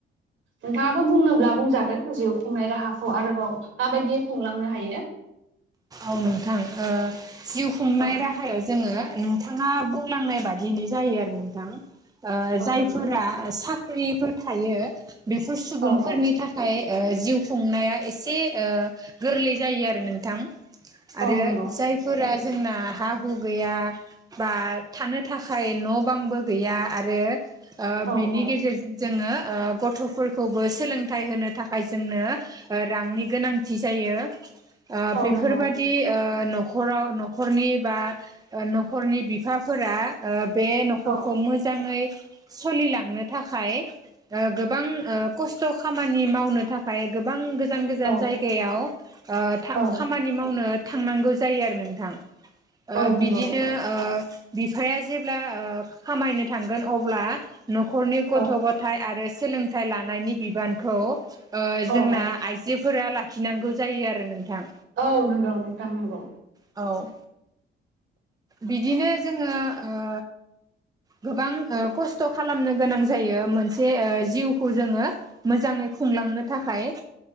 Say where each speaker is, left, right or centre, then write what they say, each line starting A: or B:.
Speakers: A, on the right; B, on the right.
A: नोंथाङाबो बुंनोब्ला बुंजागोन जिउ खुंनाय राहाखौ आरोबाव माबायदि खुंलांनो हायो?
B: औ नोंथां ओ जिउ खुंनाय
A: औ
B: राहायाव जोङो नोंथाङा बुंलांनाय बादियैनो जायो आरो नोंथां। ओ
A: औ
B: जायफोरा
A: नंगौ।
B: साख्रिफोर थायो बेफोर सुबुंफोरनि
A: औ औ
B: थाख थाय ओ जिउ खुंनाया एसे ओ गोरलै जायो आरो नोंथां। आरो
A: औ नंगौ
B: जायफोरा जोंना हा हु गैया बा थानो थाखाय न' बांबो गैया आरो ओ
A: औ
B: बेनि
A: औ
B: गेजेरजों जोङो ओ गथ'फोरखौबो सोलोंथाइ होनो थाखाय जोंनो ओ रांनि गोनांथि जायो ओ
A: औ
B: बे
A: नंगौ
B: दि ओ न'खराव न'खरनि बा ओ न'खरनि बिफाफोरा ओ बे न'खरखौ
A: औ
B: मोजाङै सलिलांनो थाखाय ओ गोबां ओ खस्थ' खामानि मावनो थाखाय गोबां गोजान गोजान
A: औ
B: जायगायाव ओ थां
A: औ
B: खामानि मावनो थांनांगौ जायो आरो नोंथां। ओ
A: औ नंगौ
B: बिदिनो ओ बिफाया जेब्ला ओ खामायनो थांगोन अब्ला न'खरनि गथ'
A: औ
B: गथाय आरो सोलोंथाइ लानायनि बिबानखौ ओ जोंना
A: औ औ
B: आइजोफोरा लाखिनांगौ जायो आरो नोंथां।
A: औ नोंगौ नोंथां नोंगौ।
B: औ बिदिनो जोङो ओ गोबां ओ खस्थ' खालामनो गोनां जायो मोनसे ओ जिउखौ जोङो मोजाङै खुंलांनो थाखाय